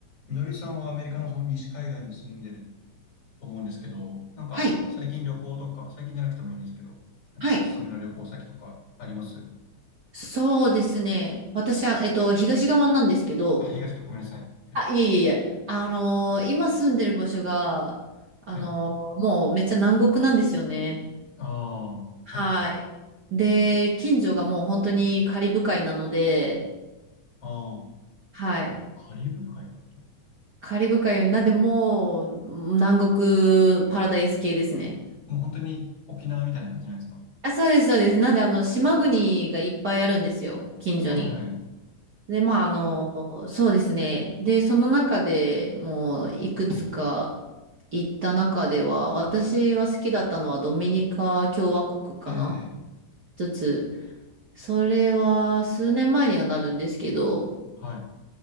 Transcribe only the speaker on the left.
みのりさんはアメリカのその西海岸に住んでると思うんですけど、なんか最近旅行とか、
最近じゃなくてもいいんですけど、なんかおすすめの旅行先とかあります
あ、東か、ごめんなさい。東。
はい。ああ、はいはいはい。
ああ、
カリブ海だと。
もう本当に沖縄みたいな感じなんですか
えー
はいはいはい。
えー
はいはいはい。
はい。